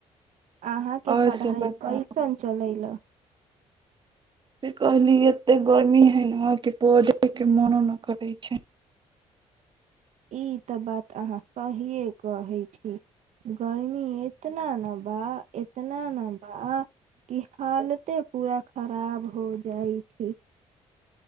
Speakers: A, on the right (about 65°); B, on the right (about 40°).
A: अहाँ के
B: और
A: पढ़ाई
B: सब बताउ
A: कैसन चलेला
B: से कहली एते गर्मी हइ ने पढ़ेके मोनो नहि करै छैय
A: ई तऽ बात अहाँ सहिए कहै छी गर्मी इतना न बा इतना न बा कि हालते पूरा खराब हो जाइ छै